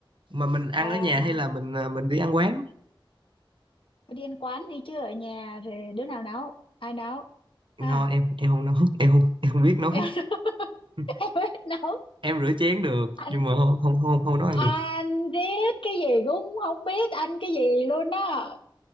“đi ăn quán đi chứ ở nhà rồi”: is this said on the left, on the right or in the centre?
Left